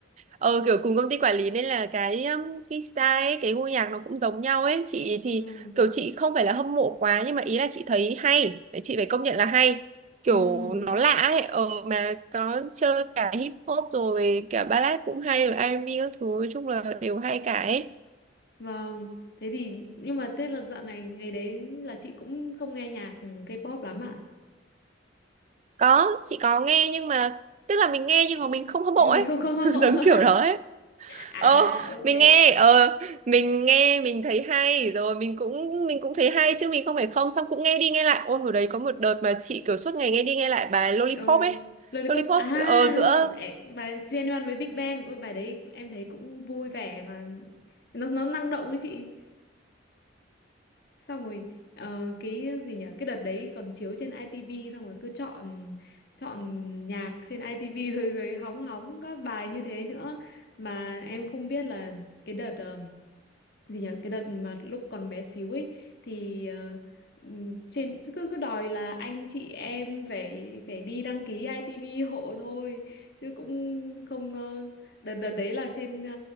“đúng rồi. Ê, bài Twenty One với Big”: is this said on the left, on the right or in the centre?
Left